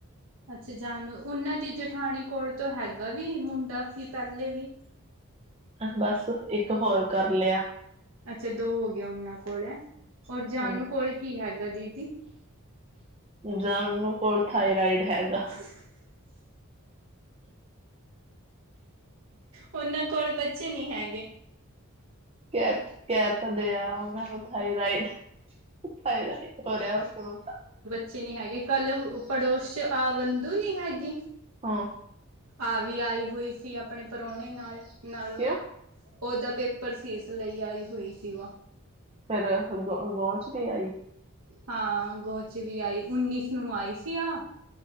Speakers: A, on the right (about 85°); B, on the right (about 25°).
A: ਅੱਛਾ ਜਾਨੂ ਉਨਾਂ ਦੀ ਜਠਾਣੀ ਕੋਲ ਤੋ ਹੈਗਾ ਵੀ ਮੁੰਡਾ ਸੀ ਪੈਲੇ ਵੀ।
B: ਅ ਬਸ ਇੱਕ ਹੋਰ ਕਰ ਲਿਆ।
A: ਅੱਛਾ ਦੋ ਹੋਗੇ ਓਹਨਾਂ ਕੋਲ ਹੈਂ ਔਰ
B: ਹਮ
A: ਜਾਨੂ ਕੋਲ ਕੀ ਹੈਗਾ ਦੀਦੀ?
B: ਜਾਨੂੰ ਕੋਲ ਥਾਇਰਾਇਡ ਹੈਗਾ।
A: <inaudible> ਓਹਨਾਂ ਕੋਲ ਬੱਚੇ ਨੀ ਹੈਗੇ।
B: ਕੈ ਕੈ ਤਾਂ ਦਿਆ ਉਨਾਂ ਨੂੰ ਥਾਈਰਾਇਡ। ਥਾਇਰਾਇਡ ਹੋਰਿਆ ਉਸਨੂੰ ਤਾਂ।
A: ਚੇ ਨੀ ਹੈਗੇ ਕੱਲ ਪੜੋਸ ਚ ਆਵੰਦੂ ਨੀ ਹੈਗੀ।
B: ਹਾਂ।
A: ਆ ਵੀ ਆਈ ਹੋਈ ਸੀ ਆਪਣੇ ਪ੍ਰੋਹਣੇ ਨਾਲ ਨਾਲ
B: ਕਿਉਂ
A: ਓਦਾ ਪੇਪ ਪਰ ਸੀ ਇਸ ਲਈ ਆਈ ਹੋਈ ਸੀ ਵਾ।
B: ਫੇਰ ਗ ਗੋ ਗੋਚ ਤੇ ਆਈ।
A: ਹਾਂ ਗੋਚ ਵੀ ਆਈ ਉੱਨੀਸ ਨੂੰ ਆਈ ਸੀ ਆਹ।